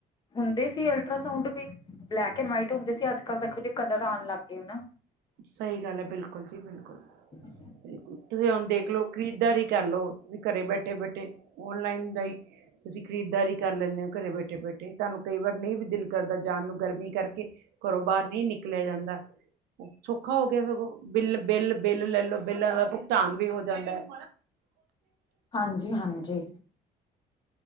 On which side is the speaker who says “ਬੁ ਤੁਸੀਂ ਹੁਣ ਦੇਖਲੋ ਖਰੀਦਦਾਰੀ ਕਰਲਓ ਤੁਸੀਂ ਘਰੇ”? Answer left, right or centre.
Right